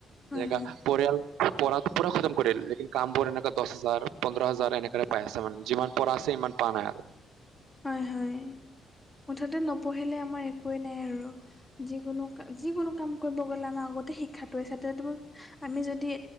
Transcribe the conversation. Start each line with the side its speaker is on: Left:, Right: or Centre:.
Left: হয়
Right: যেনেকা
Left: হয়
Right: পৰিয়াল প পা খতম কৰেল লেন কাম বোৰ এনে দহ হাজাৰ পোধ হাজাৰ এনেকে পাই আছে মানে যিমান পৰা আছে ইমান পোৱা নাই
Left: হয় হয় মুঠতে নপঢ়িলে আমাৰ একোৱেই নাই আৰু যিকোনো ক যিকোনো কাম কৰিব গ'লে আমাৰ আগতে শিক্ষাটো হৈছে তেতে মোৰ আমি যদি